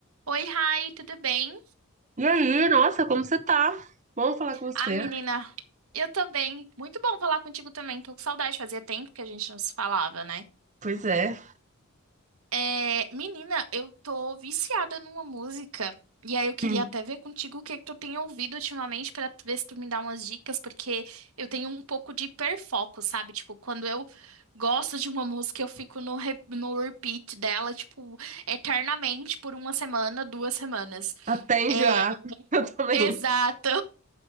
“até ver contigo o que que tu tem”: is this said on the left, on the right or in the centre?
Right